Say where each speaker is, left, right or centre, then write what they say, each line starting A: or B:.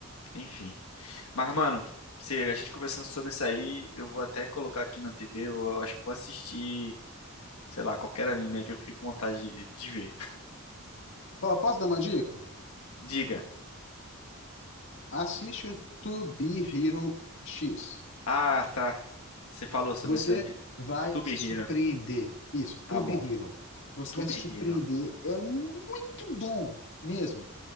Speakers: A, on the left; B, on the left.
A: enfim. Mas, mano, se a gente conversando sobre isso aí, eu vou até colocar aqui na TV, eu eu acho que eu vou assistir sei lá, qualquer anime aí que eu fiquei com vontade de, de ver.
B: Ó, Posso dar uma dica?
A: Diga.
B: Assiste o To Be Hero X.
A: Ah, tá. Você falou sobre
B: Você
A: esse anime.
B: vai
A: To Be
B: se
A: Hero.
B: surpreender. Isso, To
A: Tá bom.
B: Be Hero. Você
A: To
B: vai
A: Be
B: se surpreender.
A: Hero.
B: É muito bom mesmo.